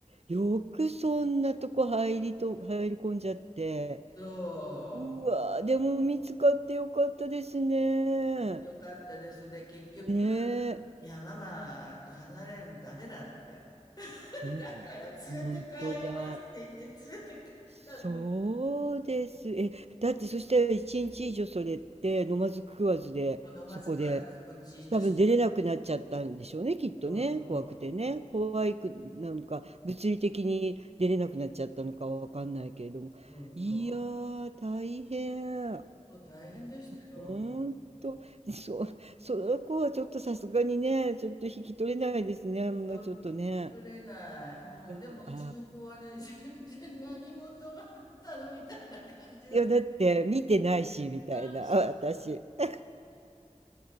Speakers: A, on the right (about 60°); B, on the left (about 35°).
A: よくそんなとこ入りと入り込んじゃって。
B: そう。
A: うわー、でも見つかってよかったですね。
B: もう買ってよかったです。で、結局、
A: ねえ。
B: いや、ママと離れるのダメだって。<laughs>
A: うん、
B: だから連れて帰りますって言って連れて帰ったんです。
A: 本当だ。そうです。え、だってそしたら一日以上それって飲まず食わずで、
B: 飲まず食わずそこにじーっとして、
A: そこで多分出れなくなっちゃったんでしょうね、きっとね、
B: そうそう。
A: 怖くてね。怖いくなのか、物理的に出れなくなっちゃったのかわかんないけれども。
B: うん、そうそう。
A: いやー、大変。
B: そう、大変でしたよ。
A: ほんと、
B: も
A: そう、その子はちょっとさすがにね、ちょっと引き取れないですね、もうちょっとね。
B: う、うん、聞き取れない。
A: いやー、
B: うん、でもうちの子はね、
A: あ
B: <laughs> 全然何事があったのみたいな感じで、
A: ー、いや、
B: 全
A: だって見てないし、みたいな、
B: 然し、
A: あ私。<laughs>